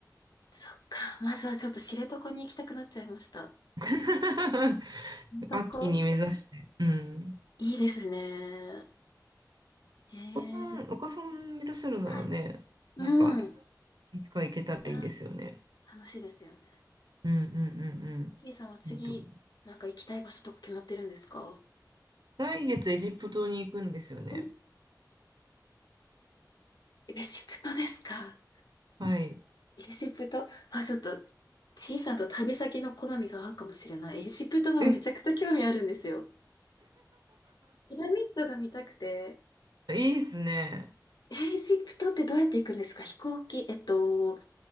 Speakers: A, on the left (about 70°); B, on the right (about 75°).
A: そっか、まずはちょっと知床に行きたくなっちゃいました。
B: <laughs>
A: 知床、
B: 秋に目指して。うん。
A: いいですね。ええ、
B: お子さん、
A: じゃ、
B: お子さんいらっしゃるならね、
A: はい。うん。
B: なんか、いいつか行けたらいいですよね。
A: はい。楽しいですよね。
B: うんうんうん
A: ちいさんは次、
B: うん。いいと思う。
A: なんか行きたい場所とか決まってるんですかう
B: 来月エジプトに行くんですよね。
A: んレシプトですか
B: はい。
A: エジプトあ、ちょっと、小さんと旅先の好みが合うかもしれない。エジプトもめちゃくちゃ興味あるんですよ。
B: え、
A: ピラミッドが見たくて。
B: <laughs> いいですね。
A: エジプトってどうやって行くんですか飛行機、えっと、